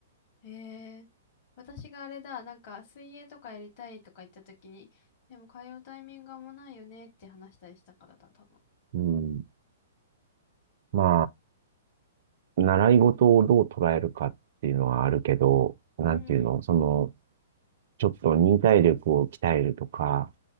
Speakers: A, on the left; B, on the right.
A: へえ。私があれだ、なんか水泳とかやりたいとか言った時に、でも通うタイミングがもうないよねって話したりしたからだ、多分。
B: うん。まあ、習い事をどう捉えるかっていうのはあるけど、なんていうの、
A: うん。
B: その、ちょっと忍耐力を鍛えるとか、